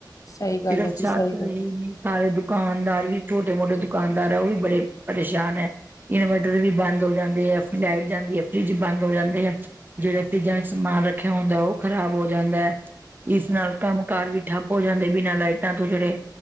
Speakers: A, on the left (about 45°); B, on the right (about 25°).
A: ਸਹੀ ਗੱਲ
B: ਸਿਰਫ
A: ਹੈ
B: ਸਤ
A: ਜੀ ਸਹੀ ਗੱਲ
B: ਹੀ
A: ਹੈ
B: ਨੀ, ਸਾਰੇ ਦੁਕਾਨਦਾਰ ਵੀ ਛੋਟੇ ਮੋਟੇ ਦੁਕਾਨਦਾਰ ਆ, ਉਹ ਵੀ ਬੜੇ ਪਰੇਸ਼ਾਨ ਐ, ਇਨਵਰਟਰ ਵੀ ਬੰਦ ਹੋ ਜਾਂਦੇ ਆ, ਲਾਈਟ ਜਾਂਦੀ ਆ, ਫਰਿੱਜ ਬੰਦ ਹੋ ਜਾਂਦੇ ਐ। ਜਿਹੜਾ ਫਰਿਜਾਂ ਵਿੱਚ ਸਮਾਨ ਰੱਖਿਆ ਹੁੰਦਾ ਉਹ ਖ਼ਰਾਬ ਹੋ ਜਾਂਦਾ ਐ। ਇਸ ਨਾਲ ਕੰਮ ਕਾਰ ਵੀ ਠੱਪ ਹੋ ਜਾਂਦੇ, ਬਿਨਾਂ ਲਾਈਟਾਂ ਤੋਂ ਜਿਹੜੇ